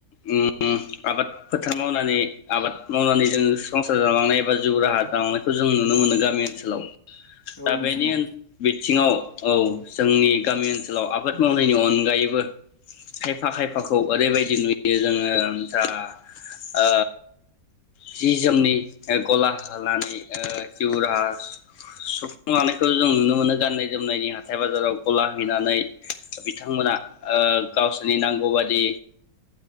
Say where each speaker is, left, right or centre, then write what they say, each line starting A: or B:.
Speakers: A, on the left; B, on the left.
A: उम आबाद फोथार मावनानै आबाद मावनानै जों संसार जालांनाय एबा जिउ राहा दालांनायखौ जों नुनो मोनो गामि ओनसोलाव।
B: औ
A: दा
B: नोंथां
A: बेनि
B: औ
A: ओन बिथिङाव औ जोंनि गामि ओनसोलाव आबाद मावनायनि अनगायैबो खायफा खायफाखौ ओरैबायदि नुयो जोङो जा ओ जि जोमनि गला होनानै जिउ राहा सुफुं लानायखौ जों नुनो मोनो गाननाय जोमनायनि हाथाय बाजाराव गला हैनानै बिथांमोना ओ गावसोरनि नांगौबायदि